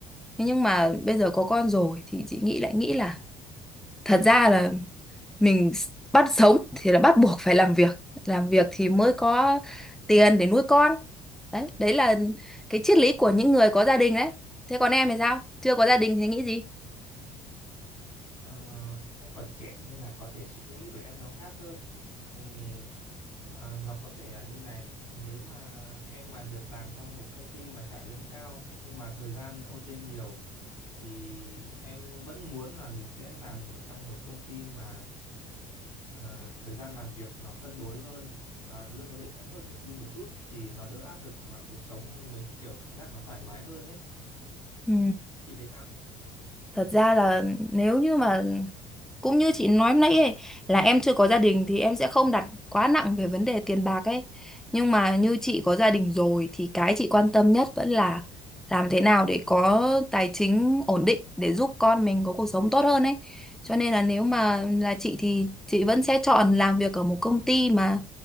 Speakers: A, in the centre; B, on the left (about 80°).
A: thế nhưng mà bây giờ có con rồi thì chị nghĩ lại nghĩ là thật ra là mình s- bắt sống thì là bắt buộc phải làm việc làm việc thì mới có tiền để nuôi con đấy đấy là cái triết lý của những người có gia đình đấy thế còn em thì sao chưa có gia đình thì nghĩ gì
B: Ờ, em còn trẻ nên là có thể suy nghĩ của em nó khác hơn. Thì ờ, nó có thể là như này, nếu mà em mà được làm trong một công ty mà trả lương cao nhưng mà thời gian OT nhiều thì em vẫn muốn là mình sẽ làm ở trong một công ty mà à, thời gian làm việc nó cân đối hơn và lương có thể thấp hơn đi một chút thì nó đỡ áp lực và cuộc sống em mới kiểu cảm giác nó thoải mái hơn ấy
A: Ừ.
B: chị thấy sao
A: Thật ra là nếu như mà cũng như chị nói nãy ấy, là em chưa có gia đình thì em sẽ không đặt quá nặng về vấn đề tiền bạc ấy. Nhưng mà như chị có gia đình rồi thì cái chị quan tâm nhất vẫn là làm thế nào để có tài chính ổn định để giúp con mình có cuộc sống tốt hơn ấy. Cho nên là nếu mà là chị thì chị vẫn sẽ chọn làm việc ở một công ty mà